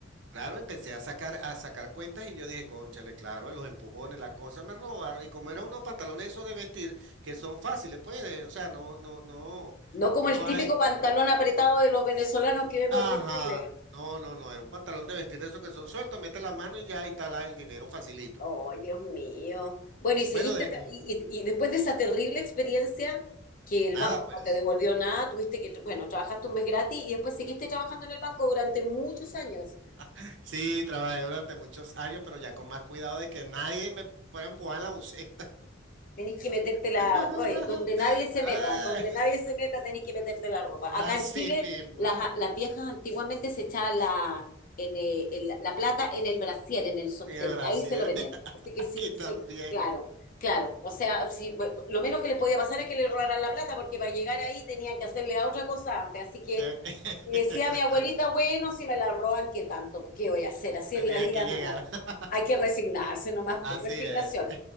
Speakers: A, on the right; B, on the left.
A: Claro, empecé a sacar, a sacar cuentas y yo dije, cónchale, claro, los empujones, la cosa me robaron. Y como eran unos pantalones esos de vestir que son fáciles, pues, eh, o sea, no, no, no,
B: No como
A: no
B: el típico
A: hay,
B: pantalón apretado de los venezolanos que vemos
A: ajá,
B: aquí en Chile.
A: no, no, no, era un pantalón de vestir de esos que son sueltos, mete la mano y ya y está el dinero facilito.
B: Ay, Dios mío. Bueno, y seguiste,
A: Bueno, de,
B: tra- y, y- y después de esa terrible experiencia que
A: nada,
B: el banco
A: pues.
B: no te devolvió nada, tuviste que, bueno, trabajaste un mes gratis y después seguiste trabajando en el banco durante muchos años.
A: <laughs> Sí, trabajé durante muchos años, pero ya con más cuidado de que nadie me fuera a empujar en la buceta.
B: Tenés que meterte la,
A: <laughs>
B: oye, donde nadie se
A: Ah,
B: meta, donde nadie se meta tenés que meterte la ropa. Acá
A: así
B: en Chile
A: mismo,
B: las, las viejas antiguamente se echaban la, en, eh, en la, la plata en el brasier, en el sostén,
A: en el Brasil,
B: ahí se lo metían.
A: <laughs>
B: Así que
A: aquí
B: sí,
A: también
B: sí, claro, claro. O sea, sí, bu- lo menos que les podía pasar es que le robaran la plata porque para llegar ahí tenían que hacerle a otra cosa antes. Así que
A: tenían que,
B: y decía
A: <laughs>
B: mi abuelita, bueno, si me la roban, ¿qué tanto? Pues, ¿Qué voy a hacer? Así
A: tenían
B: es la vida
A: que llegar.
B: nomás.
A: <laughs>
B: Hay que resignarse nomás
A: Así
B: por resignación.
A: es.